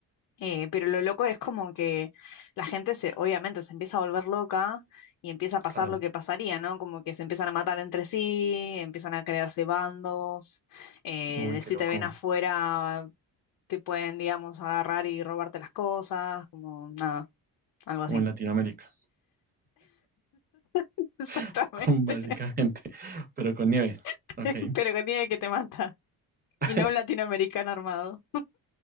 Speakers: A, on the left; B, on the right.
A: Eh, pero lo loco es como que la gente se, obviamente, se empieza a volver loca y empieza a pasar
B: Claro.
A: lo que pasaría, ¿no? Como que se empiezan a matar entre sí, empiezan a crearse bandos, eh,
B: Uy,
A: de
B: qué
A: si
B: loco.
A: te ven afuera te pueden, digamos, agarrar y robarte las cosas, como nada, algo
B: Como
A: así.
B: en Latinoamérica,
A: <laughs> Exactamente.
B: <laughs> básicamente, pero con nieve.
A: <laughs>
B: Ok,
A: Pero que tiene que te mata. Y
B: <laughs>
A: no un latinoamericano armado.